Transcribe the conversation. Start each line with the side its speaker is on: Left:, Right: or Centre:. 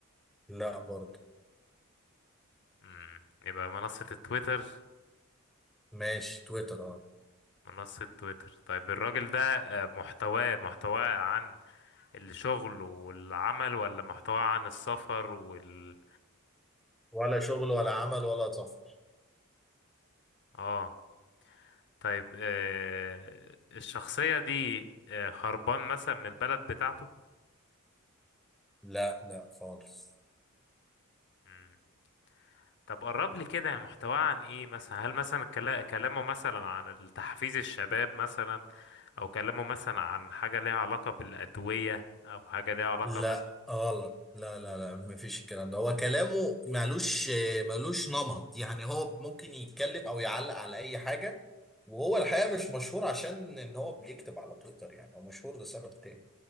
Centre: لا برضه
Left: مم. يبقى منصة التويتر
Centre: ماشي تويتر اه
Left: منصة تويتر طيب الراجل ده آه، محتواه محتواه عن الشغل والعمل ولا محتواه عن السفر وال
Centre: ولا شغل ولا عمل ولا سفر
Left: اه طيب آه الشخصية دي آه هربان مثلا من البلد بتاعته
Centre: لا لا خالص
Left: مم. طب قرب لي كده محتواه عن ايه مثلا هل مثلا كلا- كلامه مثلا عن تحفيز الشباب مثلا او كلامه مثلا عن حاجة ليها علاقة بالأدوية او حاجة ليها علاقة
Centre: لا
Left: مثلا
Centre: غلط لا لا لا مفيش الكلام ده هو كلامه مالوش مالوش نمط يعني هو ممكن يتكلم او يعلق على اي حاجة وهو الحقيقة مش مشهور عشان ان هو بيكتب على تويتر يعني هو مشهور لسبب تاني